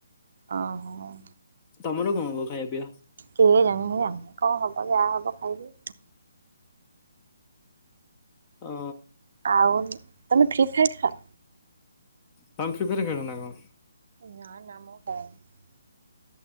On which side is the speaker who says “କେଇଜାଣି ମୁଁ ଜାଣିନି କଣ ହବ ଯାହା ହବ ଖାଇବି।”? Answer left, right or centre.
Right